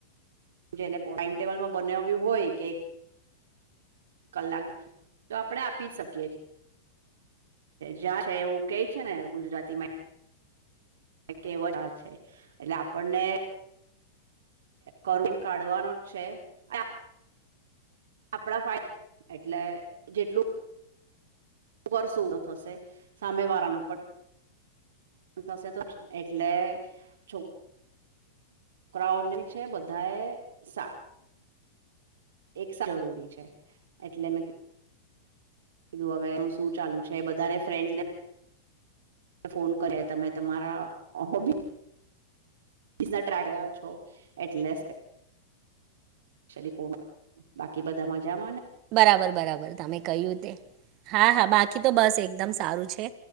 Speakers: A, on the right; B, on the right.
A: જેને ટાઈમટેબલમાં બનાવ્યું હોય કે કલાક તો આપડે આપી જ શકીએ. જ છે એવું કઈ છે ને ગુજરાતીમાં કેવટ છે એટલે આપણને કરુણ કાઢવાનું જ છે આ આપણા ફાયદા એટલે જેટલું કરશું તો થશે સામે વાળા નો પણ થશે તો જ એટલે છોક ક્રાઉનલ છે બધાએ સા એક જરૂરી છે એટલે મેં કીધું હવે એનું શું ચાલુ છે બધાને ફ્રેન્ડ્સને ફોન કરે તમે તમારા હોબી <unintelligible> ગયા છો એટલે ચલી ફો બાકી બધા મજામાંને
B: બરાબર બરાબર તમે કયું તે હા હા બાકી તો બસ એકદમ સારું છે